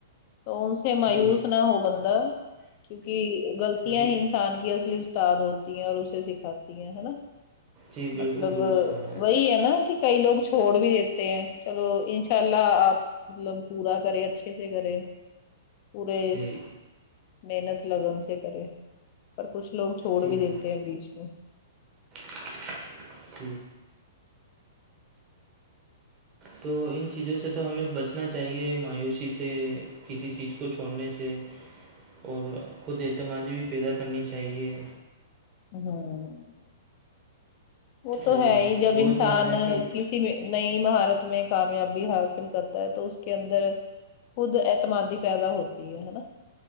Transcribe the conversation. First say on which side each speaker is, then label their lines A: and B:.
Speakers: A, on the left; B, on the right.
A: تو اے مایوس
B: جی
A: نہ ہو بند کیونکہ گغلطیا
B: جی
A: ہی انسان کی اصلی استاد ہوتی ہیں اور اسے سکھاتی ہیں ہے نا
B: جی بالکل
A: مطلب
B: درست فرمایا
A: وہی ہے نا کہ کئی لوگ چھوڑ بھی دیتے ہیں چلو انشاء اللہ آپ مطلب پورا کرے اچھے سے کرے پورے
B: جی
A: محنت لگن سے کرے پر کچھ لوگ چھوڑ
B: جی
A: بھی
B: جی
A: دیتے ہیں بیچ میں
B: <inaudible> تو ان چیزوں سے تو ہمیں بچنا چاہیے مایوسی سے کسی چیز اس کو چھوڑنے سے اور خود اعتمادی بھی پیدا کرنی چاہیے
A: ہاں وہ تو
B: اور
A: ہے ہی جب
B: روزمرہ
A: انسان
B: کی
A: ک نئی مہارت میں کامیابی حاصل کرتا ہے تو اس کے اندر خود اعتمادی پیدا ہوتی ہے ہے نا